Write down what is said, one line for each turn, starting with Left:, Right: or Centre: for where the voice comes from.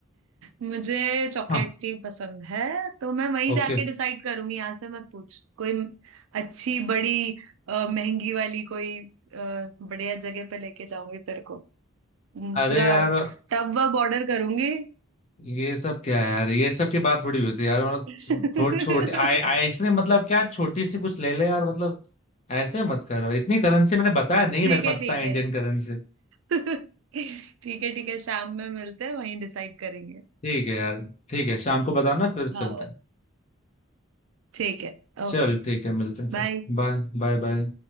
Right: मुझे चॉकलेट
Left: हाँ
Right: ही पसंद है तो मैं वहीं
Left: ओके
Right: जाके डिसाइड करूंगी यहाँ से मत पूछ कोई अच्छी बड़ी अ, महंगी वाली कोई अ, बढ़िया जगह पे लेके जाऊंगी तेरे को हम्म,
Left: अरे
Right: पूरा
Left: यार
Right: टब वब ऑर्डर करूंगी
Left: ये सब क्या है यार ये सब की बात थोड़ी हुई थी यार मतलब
Right: <laughs>
Left: थोड़ी छोटी आए आए- इसने मतलब क्या छोटी सी कुछ ले ले यार मतलब ऐसे मत कर यार इतनी करेंसी मैंने बताया नहीं है
Right: ठीक
Left: मेरे पास
Right: है ठीक
Left: इतना इंडियन
Right: है
Left: करेंसी
Right: ठीक है ठीक है शाम में मिलते हैं वहीं डिसाइड करेंगे
Left: ठीक है यार ठीक है शाम को बताना फिर चलते
Right: हाँ
Left: हैं
Right: ठीक है
Left: चल
Right: ओके
Left: ठीक है मिलते हैं फिर
Right: बाय
Left: बाय बाय बाय